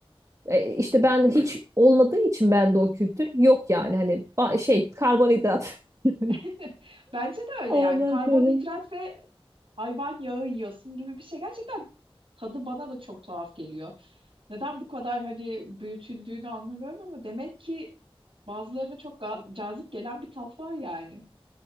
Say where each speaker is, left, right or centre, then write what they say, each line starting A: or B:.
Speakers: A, on the right; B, on the right.
A: e, işte ben hiç olmadığı için bende o kültür yok yani hani ba- şey karbonhidrat. <laughs>
B: <laughs> Bence de öyle
A: Ondan
B: yani karbonhidrat
A: sonra.
B: ve hayvan yağı yiyorsun gibi bir şey. Gerçekten tadı bana da çok tuhaf geliyor. Neden bu kadar hani büyütüldüğünü anlamıyorum ama demek ki bazılarına çok ga- cazip gelen bir tat var yani.